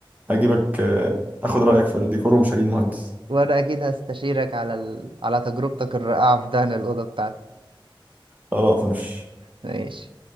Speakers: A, on the right; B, on the right.
A: هجيبك آه، اخد رايك في الديكور ومش هجيب مهندس
B: وانا اكيد هستشيرك على ال... على تجربتك الرائعة في دهن الأوضة بتاعتي
A: <laughs> خلاص مش
B: ماشي